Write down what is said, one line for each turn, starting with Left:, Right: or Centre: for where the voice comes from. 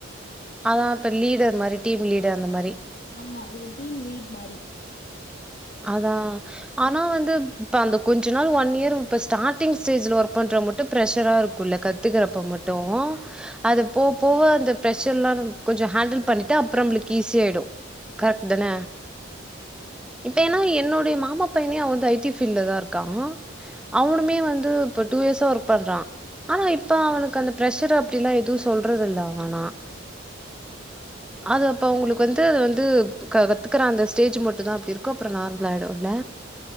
Centre: அதான் இப்ப லீடர் மாரி டீம் லீடர் அந்த மாரி
Left: ம்மா இவன் டீம் லீட் மாரி
Centre: அதான் ஆனா வந்து இப்ப அந்த கொஞ்ச நாள் ஒன் இயர் இப்ப ஸ்டார்டிங் ஸ்டேஜ்ல ஒர்க் பண்ற மட்டும் ப்ரெஷரா இருக்குல்ல கத்துக்கறப்ப மட்டூ அத போக போக அந்த ப்ரெஷர் எல்லாம் கொஞ்சம் ஹேண்டில் பண்ணிட்டு அப்புறம் நம்மளுக்கு ஈஸியாடும் கரெட் தன இப்ப ஏன்னா என்னுடைய மாமா பையனே அவன் வந்து ஐ டி ஃபீல்டல தான் இருக்கான் அவனுமே வந்து இப்ப டூ இயர்ஸா ஒர்க் பண்றான் ஆனா இப்ப அவனுக்கு அந்த பிரஷர் அப்டிலாம் எதுவு சொல்றது இல்ல அவன் ஆனா அது அப்ப அவங்களுக்கு வந்து வந்து கத்துக்கற அந்த ஸ்டேஜ் மட்டும் தான் அப்டி இருக் அதுக் அப்றோ நார்மல் ஆயிடும் இல்ல